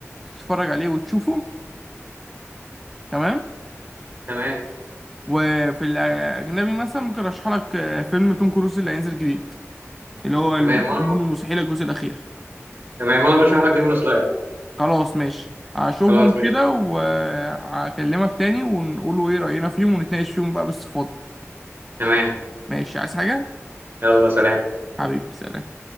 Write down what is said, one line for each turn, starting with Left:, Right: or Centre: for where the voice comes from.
Centre: تتفرج عليه وتشوفه تمام
Right: تمام
Centre: وفي الأجنبي مثلا ممكن أرشح لك آه، فيلم توم كروز اللي هينزل جديد اللي هو المهم
Right: تمام وانا
Centre: المستحيل الجزء الأخير
Right: تمام وانا برشح لك دايمون سلاير
Centre: خلاص ماشي هشوفهم
Right: خلاص
Centre: كده
Right: ماشي
Centre: وهكلمك تاني ونقولوا إيه رأينا فيهم ونتناقش فيهم بقى باستفاضة
Right: تمام
Centre: ماشي عايز حاجة؟
Right: يلا سلام
Centre: حبيبي سلام